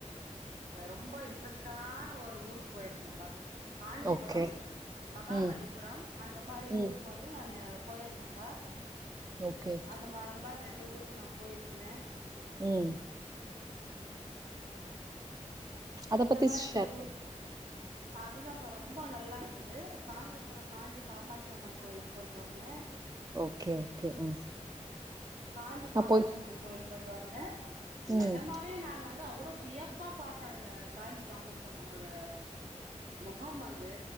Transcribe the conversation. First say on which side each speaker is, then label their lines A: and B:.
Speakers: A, on the right; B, on the right.
A: ஆ ரொம்ப இன் ட்ரெஸ்டான ஒரு ஊருக்கு போயிருந்தம்ப்பா காஞ்சிபுரம்
B: ஓகே
A: மகாபலிபுரம்
B: ம்
A: அந்த மாரி
B: ம்
A: ஊருக் கு வந்து நானு போயிருந்தம்ப்பா
B: ஓகே
A: அந்த மா அந்த மாரி ரெண்டு ஊருக்கு நா போயிருந்த
B: ம் அத
A: இந்த
B: பத்தி
A: மாரி
B: ஷேர்
A: ரெண்டு ஊருக்
B: பண்ணுங்க
A: அது தாம்ப்பா ரொம்போ நல்லா இருந்தது காஞ்சிபுர காஞ்சி காமாட்சி அம்மன் கோயிலுக்கு போய்ட்டு வந்தே
B: ஓகே ஓகே ஆ
A: காஞ்சி
B: நா
A: காமாட்சியம்மன்
B: போய்
A: கோயில் போய்ட்டு வந்தே
B: ம்
A: நெஜமா வே நானு வந்து அவ்ளோ வியப்பா பாத்தே அந்த காஞ்சி காமாட்சி அம்மனோட மொகம் வந்து